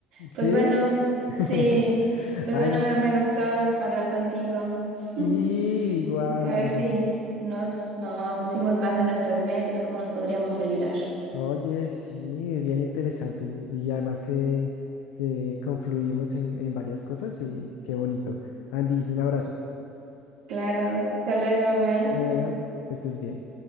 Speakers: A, on the left; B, on the right.
A: ¿Sí?
B: Pues bueno,
A: <laughs>
B: sí. Pues
A: Ay,
B: bueno,
A: no.
B: me, me gustó hablar contigo.
A: Sí,
B: <laughs>
A: igual,
B: A
A: Andy.
B: ver si nos, nos decimos más de nuestras metas, cómo nos podríamos ayudar.
A: Oye, sí, es bien interesante. Y además que eh, confluimos en, en varias cosas y qué bonito. Andy, un abrazo.
B: Claro, hasta luego, bye.
A: Bueno, que estés bien.